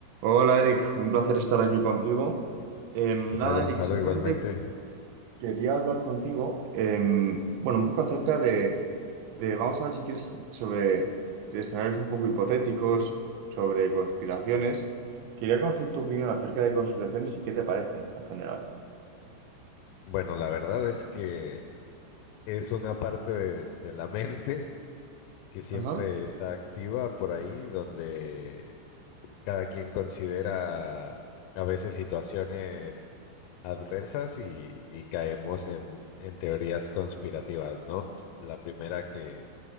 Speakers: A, on the right (about 75°); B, on the left (about 85°).
A: Hola Eric, un placer estar aquí contigo. Em,
B: ¿Qué
A: nada,
B: tal, Gonzalo?
A: Eric, simplemente
B: Igualmente.
A: quería hablar contigo, em, bueno, un poco acerca de, de, vamos a ver si quieres, sobre escenarios un poco hipotéticos, sobre conspiraciones. Quería conocer tu opinión acerca de conspiraciones y qué te parecen en general.
B: Bueno, la verdad es que es una parte de, de la <laughs> mente que siempre
A: Ajá.
B: está activa por ahí, donde cada quien considera a veces situaciones adversas y, y caemos en, en teorías conspirativas, ¿no? La primera que,